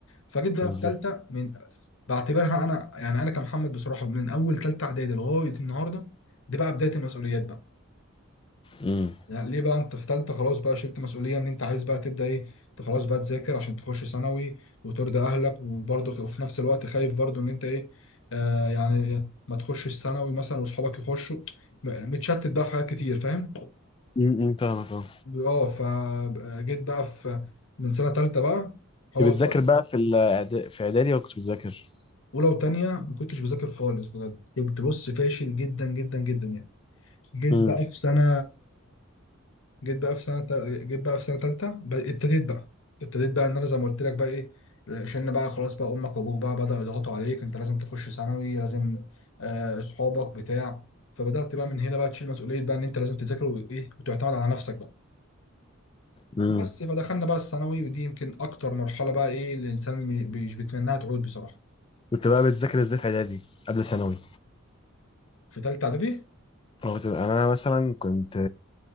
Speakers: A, on the left; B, on the left.
A: فجيت بقى
B: بالظبط
A: في ثالثه من بعتبرها انا يعني انا كمحمد بصراحه من اول ثالثه اعدادي لغايه النهارده دي بقى بدايه المسؤوليات بقى
B: امم
A: يعني ليه بقى انت في ثالثه خلاص بقى شلت مسؤوليه ان انت عايز بقى تبدا ايه انت خلاص بقى تذاكر عشان تخش ثانوي وترضي اهلك وبرضه خ- وفي نفس الوقت خايف برضه ان انت ايه آه يعني ما تخشش ثانوي مثلا واصحابك يخشوا م- متشتت بقى في حاجات كتير فاهم
B: امم فاهمك اه
A: اه فجيت بقى في من سنه ثالثه بقى خلاص
B: كنت بتذاكر
A: بقى
B: بقى في الإعدا- في اعدادي ولا كنتش بتذاكر؟
A: اولى وثانيه ما كنتش بذاكر خالص بجد كنت بص فاشل جدا جدا جدا يعني جيت
B: امم
A: بقى في سنه جيت بقى في سنه تا- جيت بقى في سنه ثالثه ابتديت بقى ابتديت بقى ان انا زي ما قلت لك بقى ايه عشان بقى خلاص بقى امك وابوك بقى بداوا يضغطوا عليك انت لازم تخش ثانوي لازم آه، اصحابك بتاع فبدات بقى من هنا بقى تشيل مسؤوليه بقى ان انت لازم تذاكر وايه وتعتمد على نفسك بقى
B: امم
A: بس فدخلنا بقى الثانوي ودي يمكن اكتر مرحله بقى ايه الانسان مي- مش بيتمناها تعود بصراحه
B: كنت بقى بتذاكر ازاي في اعدادي قبل ثانوي؟
A: في ثالثه اعدادي
B: أنا كنت انا مثلا كنت